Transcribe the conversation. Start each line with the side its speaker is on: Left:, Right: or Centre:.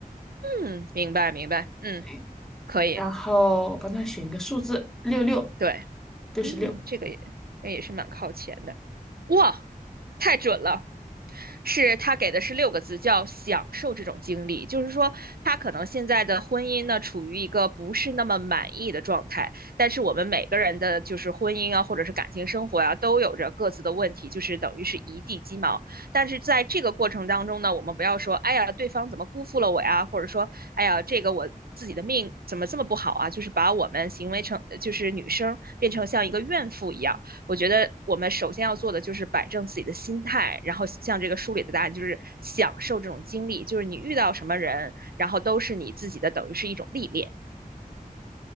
Right: 嗯，明白明白，嗯，
Centre: 对，
Right: 可以，
Centre: 然后我帮他选一个数字，六六，
Right: 对，
Centre: 六十六。
Right: 嗯，这个也这也是蛮靠前的，哇，太准了。是他给的是六个字，叫享受这种经历。就是说，他可能现在的婚姻呢，处于一个不是那么满意的状态。但是我们每个人的就是婚姻啊，或者是感情生活啊，都有着各自的问题，就是等于是一地鸡毛。但是在这个过程当中呢，我们不要说，哎呀，对方怎么辜负了我呀，或者说，哎呀，这个我。自己的命怎么这么不好啊？就是把我们行为成，就是女生变成像一个怨妇一样。我觉得我们首先要做的就是摆正自己的心态，然后像这个书里的答案，就是享受这种经历，就是你遇到什么人，然后都是你自己的，等于是一种历练。